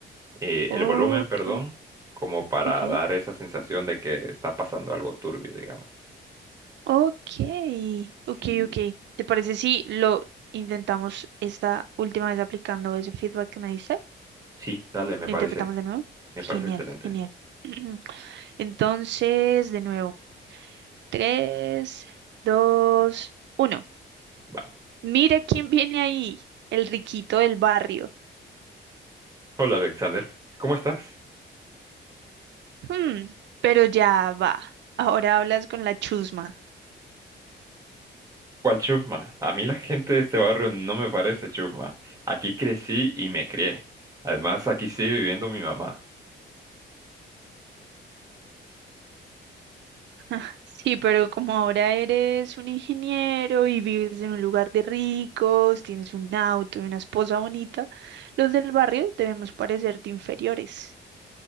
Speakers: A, on the right; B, on the right.
A: eh,
B: Ok.
A: el volumen, perdón, como para
B: Ok.
A: dar esa sensación de que está pasando algo turbio, digamos.
B: Ok.
A: Sí,
B: Ok, ok. ¿Te parece si lo intentamos esta última vez aplicando ese feedback que me diste?
A: sí, dale, me
B: ¿Lo
A: parece,
B: interpretamos de nuevo?
A: me
B: Genial,
A: parece excelente.
B: genial. <clears throat> Entonces, de nuevo, tres, dos, uno.
A: Va.
B: Mira quién viene ahí, el riquito del barrio.
A: Hola, Alexander, ¿cómo estás?
B: Hmm, pero ya va. Ahora hablas con la chusma.
A: ¿Cuál chusma? A mí la gente de este barrio no me parece chusma. Aquí crecí y me crié. Además, aquí sigue viviendo mi mamá.
B: <laughs> Sí, pero como ahora eres un ingeniero y vives en un lugar de ricos, tienes un auto y una esposa bonita, los del barrio debemos parecerte inferiores.